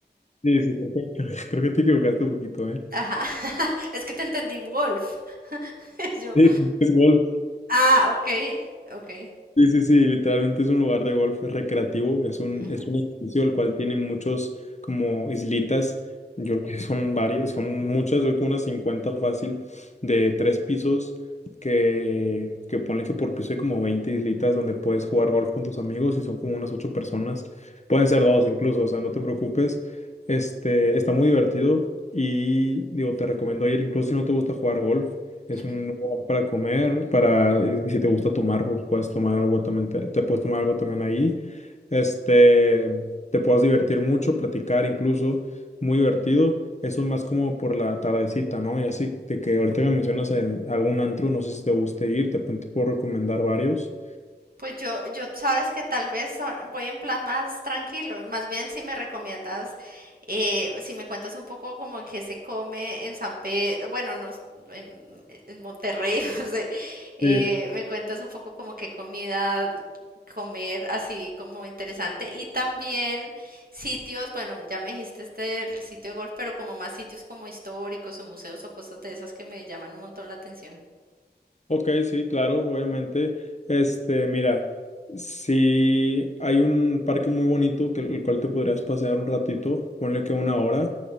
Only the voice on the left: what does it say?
Sí, sí, creo que, creo que te equivocaste un poquito, ¿eh?
Sí, es golf.
Sí, sí, sí, literalmente es un lugar de golf recreativo, es un,
es un edificio el cual tiene muchos como islitas, yo creo que son varias, son muchas, yo creo que unas 50 fácil, de tres pisos, que, que ponle que por piso hay como 20 islitas donde puedes jugar golf con tus amigos y son como unas ocho personas, pueden ser dos incluso, o sea, no te preocupes, este, está muy divertido y digo, te recomiendo ir, incluso si no te gusta jugar golf, es
un para comer, para, y si te gusta tomar, pues puedes tomar algo también, te, te puedes tomar algo también ahí. Este, te puedes divertir mucho, platicar incluso, muy divertido. Eso más como por la tardecita, ¿no? Y así de que ahorita me mencionas en algún antro, no sé si te guste ir, te, pu- te puedo recomendar varios.
Sí.
Ok, sí, claro, obviamente. Este, mira, si hay un parque muy bonito que el cual te podrías pasear un ratito, ponle que una hora.